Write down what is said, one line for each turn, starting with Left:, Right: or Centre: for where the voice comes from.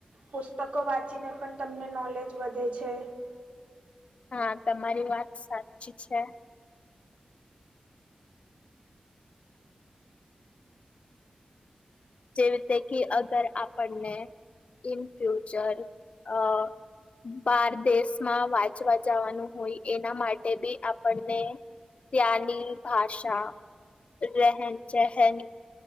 Right: પુસ્તકો વાંચીને પણ તમને નોલેજ વધે છે.
Left: હા તમારી વાત સાચી છે. જેવી રીતે કે અગર આપણને ઇન ફ્યુચર અ બાર દેશમાં વાંચવા જવાનું હોય એના માટે બી આપણને ત્યાં ની ભાષા રહેન સહન